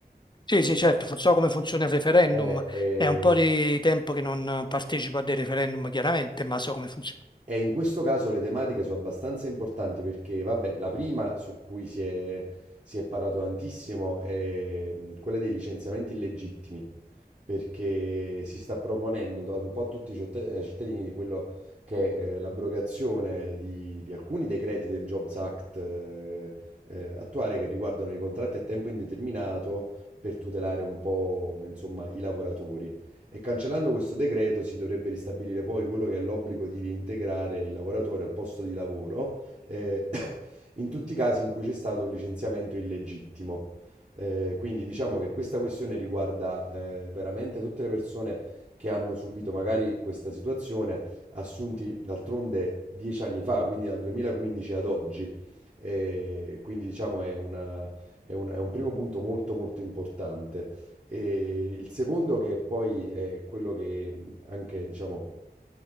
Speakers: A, on the left; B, on the right.
A: Sì, sì, certo, fu- so come funziona il referendum,
B: Eh, eh,
A: è un po' di tempo che non partecipo a dei referendum, chiaramente, ma so come funziona.
B: E in questo caso le tematiche sono abbastanza importanti perché, vabbè, la prima su cui si è, si è parlato tantissimo è mh, quella dei licenziamenti illegittimi, perché si sta proponendo da un po' a tutti i ciott- ai cittadini di quello che è eh, l'abrogazione di, di alcuni decreti del Jobs Act eh, eh, attuale che riguardano i contratti a tempo indeterminato per tutelare un po', insomma, i lavoratori. E cancellando questo decreto si dovrebbe ristabilire poi quello che è l'obbligo di reintegrare il lavoratore al posto di lavoro eh, <coughs> in tutti i casi in cui c'è stato un licenziamento illegittimo. Eh, quindi diciamo che questa questione riguarda eh, veramente tutte le persone che hanno subito magari questa situazione, assunti d'altronde dieci anni fa, quindi dal 2015 ad oggi. Eh, quindi diciamo è una- è un è un primo punto molto molto importante. E il secondo, che poi è quello che mh, anche, diciamo,